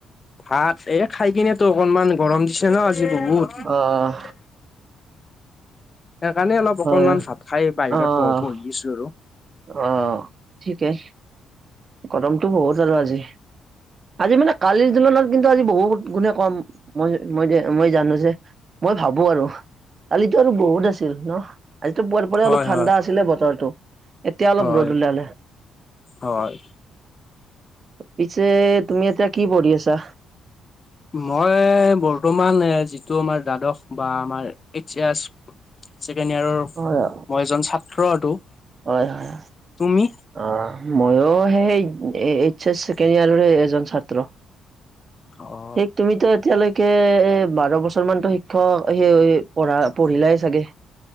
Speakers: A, on the left; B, on the right.
A: ভাত এই খাই কিনে তো অকনমান গৰম পিছে ন, আজি বহুত।
B: অ',
A: সেইকাৰণে অলপ
B: হয়,
A: অকনমান ভাত খাই বাহিৰত
B: অ',
A: বহি আছো আৰু।
B: অ, ঠিকেই গৰমটো বহুত আৰু আজি। আজি মানে কালিৰ তুলনাত কিন্তু আজি বহুত গুণে কম মই, মই, মই, জানো যেই মই ভাবো আৰু কালিতো আৰু বহুত আছিল ন। আজিতো পুৱাৰ
A: হয়
B: অলপ ঠাণ্ডা
A: হয়
B: আছিলে বতৰটো। এতিয়া, অলপ
A: হয়
B: ৰ'দ উলালে।
A: হয়
B: পিছে, তুমি এতিয়া কি পঢ়ি আছা।
A: মই বৰ্তমান যিটো আমাৰ দ্বাদশ, বা আমাৰ এইচয়াৰ্চ। ছেকেণ্ড ইয়াৰৰ
B: হয়,
A: মই এজন ছাত্ৰ আৰু।
B: হয়, হয়,
A: তুমি
B: আহ। ময়ো সেই, সেই এইচচ ছেকেণ্ড ইয়াৰ এজন ছাত্ৰ।
A: অ
B: এক তুমি ত, এতিয়ালৈকে এ, বাৰ বছৰ মানতো, শিক্ষক সেই পঢ়া, পঢ়িলাই চাগে।